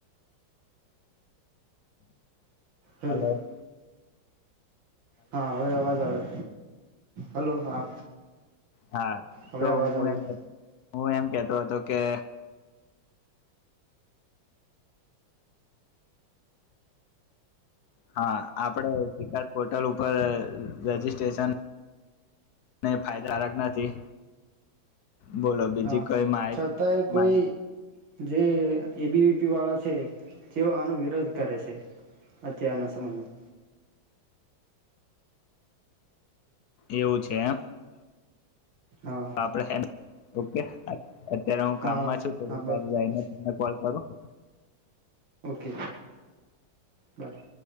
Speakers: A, on the right (about 80°); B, on the left (about 65°).
A: હેલો
B: હાલો
A: હા હવે અવાજ આવે હલો હા
B: હા
A: હવે
B: તો
A: અવાજ
B: હું
A: આવ્યો
B: એમ હું એમ કેતો હતો કે હા આપડે જીકાસ પોર્ટલ ઉપર રજીિસ્ટ્રેશન અને ફાયદાક નથી બોલો બીજી
A: હા
B: કઈ માહિતી
A: છતાંય કોઈ
B: માહિત
A: જે એબીવીપી વાળા છે તેઓ આનો વિરોધ કરે છે અત્યારના સમયમાં
B: એવું છેમ
A: હા
B: આપડ ઓકે અત્યારે હું
A: હા
B: કામમાં છું થોડ
A: હા બસ
B: <unintelligible> લઈને કોલ કરું હ <inaudible>
A: ઓકે બાય